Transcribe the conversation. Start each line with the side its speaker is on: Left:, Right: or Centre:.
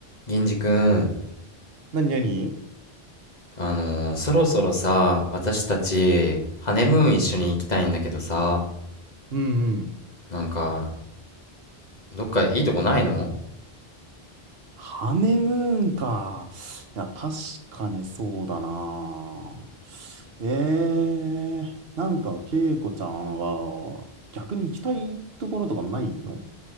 Left: 銀次くん、
Right: なになに
Left: あのーそろそろさ、私たち、ハネムーン一緒に行きたいんだけどさ、
Right: うんうん。
Left: なんか、どっかいいとこないの
Right: ハネムーンか。いや、確かにそうだな。えー、なんか、恵子ちゃんは、逆に行きたいところとかないの